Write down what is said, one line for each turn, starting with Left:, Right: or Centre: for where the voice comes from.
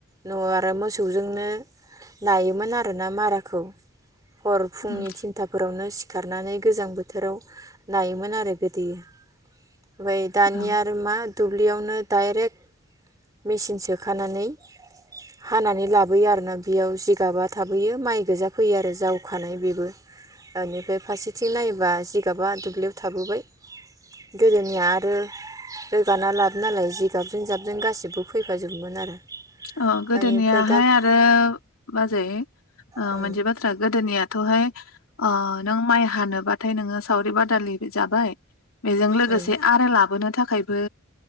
Right: न' आ रो मोसौजोंनो नायोमोन आ रोना माराखौ हर फुंनि
Left: उम
Right: थिनथाफोरावनो सि खारनानै गोजां बोथोराव नायोमोन आरो गोदोयो ओमफाय दानिया
Left: ओं
Right: आरो मा दुब्लियावनो दाइरेक मेचिन सोखानानै हानानै लाबोयो आरोना बेयाव जिगाबा थाबोयो माइ गोजा फैयो आरो जावखानाय बेबो बेनिफ्राय फारसेथिं नायोबा जिगाबा दुब्लियाव थाबोबाय गोदोनिया आरो रोगाना लाब नालाय जिगाबजों जाबजों गासिबो फैफाजोबमोन आरो
Left: अ गोदोनियाहाय
Right: बेनिफ्राय दा
Left: आरो बाजै ओ
Right: उम
Left: मोनसे बाथ्रा गोदोनिया थ'हाय ओ नों माइ हानोबाथाय नोङो सावरि-बादालि जाबाय बेजों लोगोसे
Right: उम
Left: आरो लाबोनो था खायबो